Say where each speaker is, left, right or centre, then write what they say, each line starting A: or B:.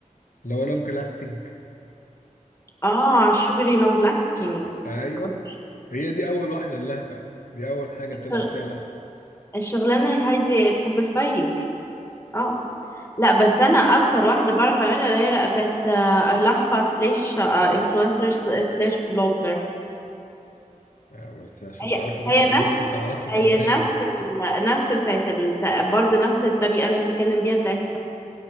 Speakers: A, on the left (about 75°); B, on the left (about 15°).
A: اللي هو لونج لاستنج
B: اه شوجري لونج لاستنج
A: ايوه
B: خد
A: هي دي اول واحده اللهفه دي اول حاجه طلعت
B: بالك
A: فيها لهفه
B: الشغلانة هايدي تحب الفايج اه لا بس انا اكتر واحدة بعرف اعملها اللي هي لا بتاعت آه، لهفة سلاش انفلونسر سلاش بلوجر
A: آه، بس عشان
B: هي
A: تعرفي بس
B: هي نفس
A: ان انت تعرفي
B: هي
A: فنان
B: نفس ال... نفس بتاعت ال... برضه نفس الطريقة اللي بتتكلم بيها بتاعت